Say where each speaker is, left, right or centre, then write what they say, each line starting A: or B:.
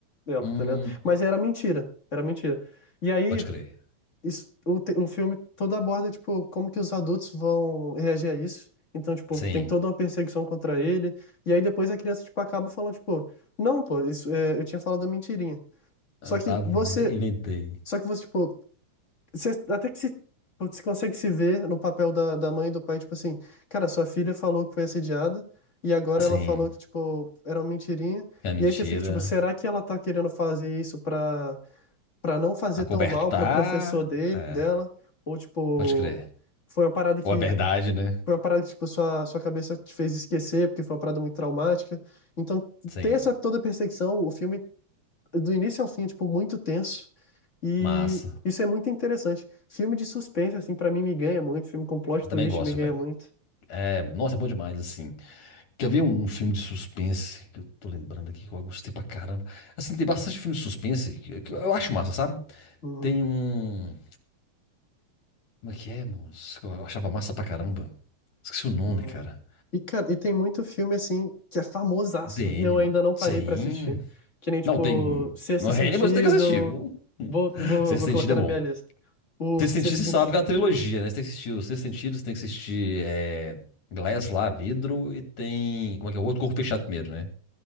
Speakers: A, on the left (about 40°); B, on the left (about 80°).
A: ela,
B: hum.
A: tá ligado? Mas era mentira, era mentira. E aí,
B: Pode crer.
A: isso, o, te- o filme todo aborda, tipo, como que os adultos vão reagir a isso. Então, tipo,
B: Sim.
A: tem toda uma perseguição contra ele, e aí depois a criança, tipo, acaba falando, tipo, não, pô, isso, é, eu tinha falado a mentirinha.
B: Ah,
A: Só
B: tá,
A: que você,
B: inventei.
A: só que você, tipo, você, até que se, putz, você consegue se ver no papel da, da mãe e do pai, tipo assim, cara, sua filha falou que foi assediada e agora
B: Sim.
A: ela falou que, tipo, era uma mentirinha.
B: Que É mentira.
A: E aí você fica, tipo, será que ela tá querendo fazer isso pra, pra não fazer
B: Acobertar.
A: tão mal pro professor dele,
B: É,
A: dela? Ou, tipo,
B: pode crer.
A: foi uma parada que,
B: Ou é verdade, né?
A: foi uma parada que, tipo, sua, sua cabeça te fez esquecer porque foi uma parada muito traumática. Então,
B: Sim.
A: tem essa toda perseguição, o filme do início ao fim, tipo, muito tenso. E
B: Massa.
A: isso é muito interessante. Filme de suspense, assim, pra mim me ganha muito. Filme com plot
B: Eu
A: twist
B: também gosto,
A: me ganha
B: velho.
A: muito.
B: É, nossa, é bom demais, assim. Quer ver um filme de suspense que eu tô lembrando aqui que eu gostei pra caramba? Assim, tem bastante filme de suspense que que eu acho massa, sabe?
A: Uhum,
B: Tem um. Como é que é, moço? Eu achava massa pra caramba. Esqueci o nome,
A: uhum.
B: cara.
A: E, cara, e tem muito filme, assim, que é famosaço
B: The
A: e
B: Animal.
A: eu ainda não parei
B: Sim.
A: pra assistir. Que nem, tipo,
B: Não, tem.
A: Sexto
B: No Hannibal
A: Sentido.
B: você tem que assistir, viu? <laughs>
A: Vou, vou,
B: Sexto
A: vou
B: Sentido
A: colocar
B: é
A: na
B: bom.
A: minha lista. O
B: Sexto Sentido
A: Sexto
B: você
A: Sentido.
B: sabe que é uma trilogia, né? Você tem que assistir o Sexto Sentido, você tem que assistir é, Glass lá, Vidro, e tem. Como é que é? O outro Corpo Fechado primeiro, né?